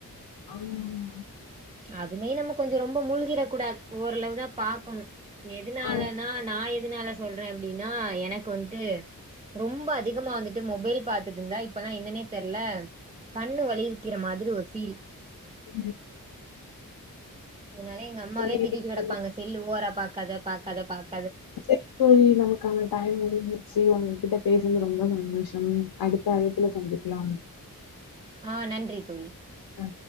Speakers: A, on the left; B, on the right.
A: ஆமாமா
B: அதுலயு நம்ம கொஞ்சோ ரொம்ப மூழ்கிர கூடாது ஓரளவு தா பாக்கணு எதுனாலனா
A: ஆ
B: நா எது எதனால சொல்றே அப்டின்னா எனக்கு வந்துட்டு ரொம்ப அதிகமா வந்துட்டு மொபைல் பாத்துட்டு இருந்தா இப்பல்லா என்னன்னே தெர்ல கண்ணு வளைக்கிற மாதிரி ஒரு ஃபீல்
A: உ
B: அதனால எங்க அம்மாவே
A: சேரி
B: திட்டிட்டு கெடப்பாங்க
A: தோழி
B: செல்லு ஓவரா பாக் கத பாக்காத பாக்
A: சரிங்க தோழி நமக்கான டயம் முடிஞ்ச்சு உங்ககிட்ட பேச <unintelligible> ரொம்ப சந்தோஷம் அடுத்த அழைப்புல சந்திக்கலாம்
B: ஆ நன்றி தோழி
A: அ